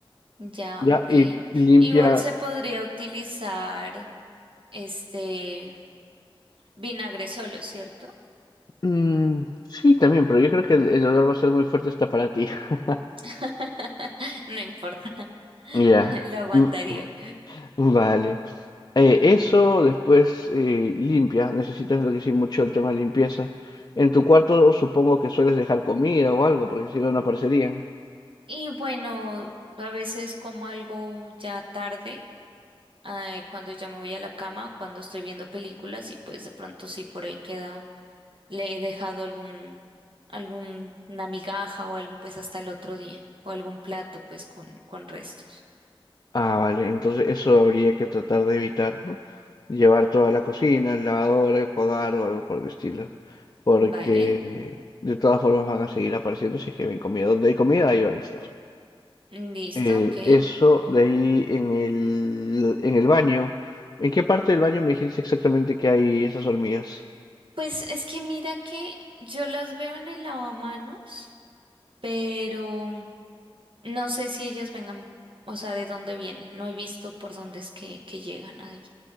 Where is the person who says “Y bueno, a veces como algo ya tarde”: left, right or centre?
Right